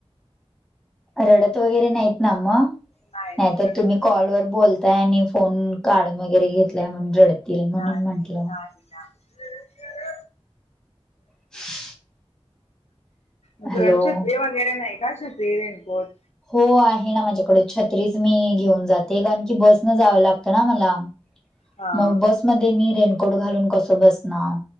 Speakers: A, in the centre; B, on the left.
A: रडत वगैरे नाहीत ना मग,
B: नाही
A: नाहीतर
B: नाही रडत
A: तुम्ही कॉलवर बोलताय आणि. फोन काढून वगैरे घेतला म्हणं, रडतील म्हणून
B: नाही
A: म्हंटलं.
B: <inaudible>
A: <inaudible>
B: तुयाक
A: हॅलो
B: छत्री वगैरे नाही का? छत्री रेनकोट?
A: हो आहे ना, माझ्याकड छत्रीच मी घेऊन जाते कारण की बसनं जावं लागतं ना मला
B: हा
A: मग बसमध्ये मी रेनकोट घालून कसं बसणार?